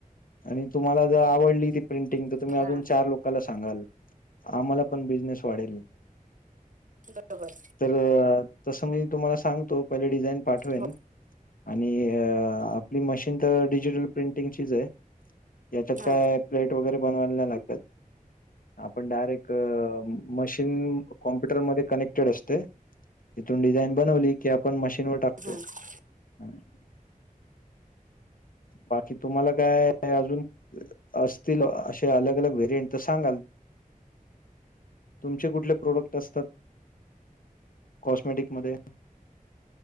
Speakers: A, on the left (about 70°); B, on the right (about 60°).
A: आणि तुम्हाला जर, आवडली ती प्रिंटिंग त तुम्ही अजून
B: हा
A: चार लोकाला सांगाल. आम्हाला पण बिझनेस वाढेल.
B: बरोबर.
A: तर, तसं मी तुम्हाला सांगतो. पहिले डिझाईन पाठवेन.
B: हो
A: आणि आपली मशीन तर डिजिटल प्रिंटिंगचीच आहे. याच्यात
B: हा
A: काय प्लेट वगैरे बनवायला नाही लागतात. आपण डायरेक्ट, मशीन कॉम्प्युटरमध्ये कनेक्टेड असते. तीथून डिझाईन बनवली की, आपण मशीनवर टाक
B: ह.
A: ह <unintelligible> बाकी तुम्हाला काय अजून. असतील. असे अलग अलग व्हेरियंट तर सांगाल. तुमचे कुठले प्रोडक्ट असतात. कॉस्मेटिक मध्ये?